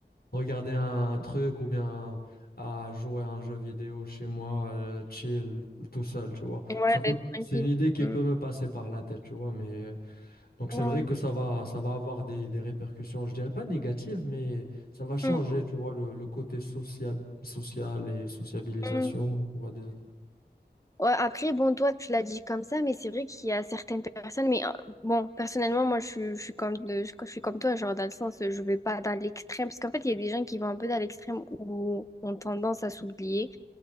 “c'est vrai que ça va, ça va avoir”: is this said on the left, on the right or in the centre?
Left